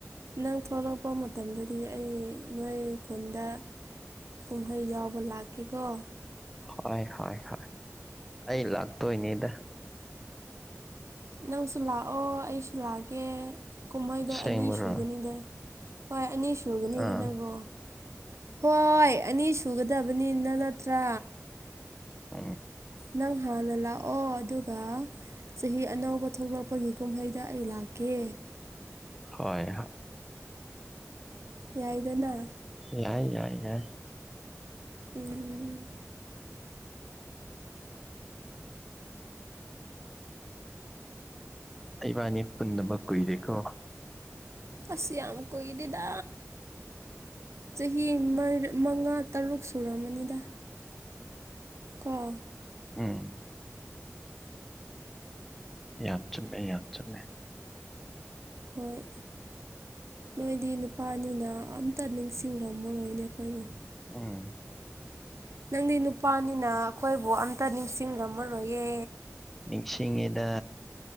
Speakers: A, on the right (about 65°); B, in the centre.
A: ꯅꯪ ꯊꯂꯛꯄ ꯃꯇꯝꯗꯗꯤ ꯑꯩ ꯅꯣꯏ ꯈꯨꯟꯗ ꯀꯨꯝꯍꯩ ꯌꯥꯎꯕ ꯂꯥꯛꯀꯦꯀꯣ
B: ꯍꯣꯏ ꯍꯣꯏ ꯍꯣꯏ ꯑꯩ ꯂꯥꯛꯇꯣꯏꯅꯦꯗ
A: ꯅꯪꯁꯨ ꯂꯥꯛꯑꯣ ꯑꯩꯁꯨ ꯂꯥꯛꯒꯦ ꯀꯨꯝꯍꯩꯗꯣ
B: ꯑꯁꯦꯡꯕꯔꯣ
A: ꯑꯅꯤ ꯁꯨꯒꯅꯤꯗ ꯍꯣꯏ ꯑꯅꯤ ꯁꯨꯒꯅꯤꯗꯅꯀꯣ
B: ꯑꯥ
A: ꯍꯣꯏ ꯑꯅꯤ ꯁꯨꯒꯗꯕꯅꯤꯅ ꯅꯠꯇ꯭ꯔꯥ
B: ꯎꯝ
A: ꯅꯪ ꯍꯥꯟꯅ ꯂꯥꯛꯑꯣ ꯑꯗꯨꯒ ꯆꯍꯤ ꯑꯅꯧꯕ ꯊꯣꯛꯂꯛꯄꯒꯤ ꯀꯨꯝꯍꯩꯗ ꯑꯩ ꯂꯥꯛꯀꯦ
B: ꯍꯣꯏ ꯍꯣꯏ
A: ꯌꯥꯏꯗꯅ
B: ꯌꯥꯏ ꯌꯥꯏ ꯌꯥ
A: ꯎꯝ
B: ꯏꯕꯥꯅꯤ ꯄꯨꯟꯅꯕ ꯀꯨꯏꯔꯦꯀꯣ
A: ꯑꯁ ꯌꯥꯝ ꯀꯨꯏꯗꯦꯗ ꯆꯍꯤ ꯃꯥ ꯃꯉꯥ ꯇꯔꯨꯛ ꯁꯨꯔꯝ ꯃꯅꯤꯗ ꯀꯣ
B: ꯎꯝ ꯌꯥꯝ ꯆꯨꯝꯃꯦ ꯌꯥꯝ ꯆꯨꯝꯃꯦ
A: ꯍꯣꯏ ꯅꯣꯏꯗꯤ ꯅꯨꯄꯥꯅꯤꯅ ꯑꯝꯇ ꯅꯤꯡꯁꯤꯡꯔꯝꯃꯔꯣꯏꯅꯦ ꯑꯩꯈꯣꯏꯕꯨ꯫
B: ꯎꯝ
A: ꯅꯪꯗꯤ ꯅꯨꯄꯥꯅꯤꯅ ꯑꯩꯈꯣꯏꯕꯨ ꯑꯝꯇ ꯅꯤꯡꯁꯤꯡꯂꯝꯝꯃꯔꯣꯏꯌꯦ
B: ꯅꯤꯡꯁꯤꯡꯉꯤꯗ